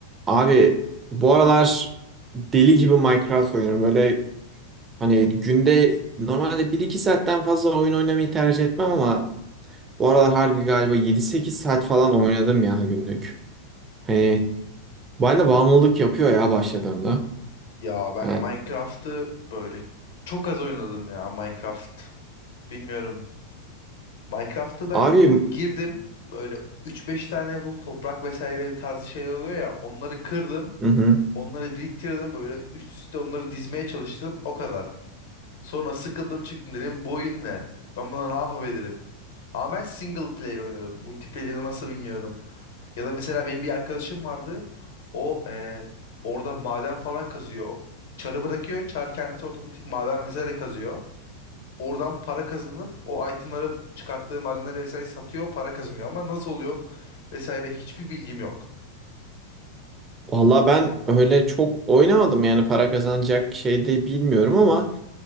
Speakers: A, on the right; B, on the left.
A: Abi bu aralar deli gibi Minecraft oynuyorum. Böyle hani günde normalde bir iki saatten fazla oyun oynamayı tercih etmem ama bu aralar harbi galiba yedi sekiz saat falan oynadım ya günlük. Hani bana bağımlılık yapıyor ya başladığımda.
B: Ya ben
A: Yani,
B: Minecraft'ı böyle çok az oynadım ya Minecraft. Bilmiyorum. Minecraft'ı ben
A: abi
B: girdim. Böyle üç beş tane bu toprak vesaire tarzı şeyler oluyor ya. Onları kırdım.
A: Hı hı.
B: Onları biriktirdim böyle üst üste onları dizmeye çalıştım. O kadar. Sonra sıkıldım çıktım dedim bu oyun ne? Ben buna ne yapabilirim? Ama ben single player oynadım. Multiplayer'ı nasıl bilmiyorum. Ya da mesela benim bir arkadaşım vardı. O eee, orada maden falan kazıyor. Çarı bırakıyor. Çar kendisi otomatik maden vesaire kazıyor. Oradan para kazanıp o itemları çıkarttığı madenleri vesaire satıyor. Para kazanıyor ama nasıl oluyor vesaire hiçbir bilgim yok.
A: Valla ben öyle çok oynamadım yani para kazanacak şey de bilmiyorum ama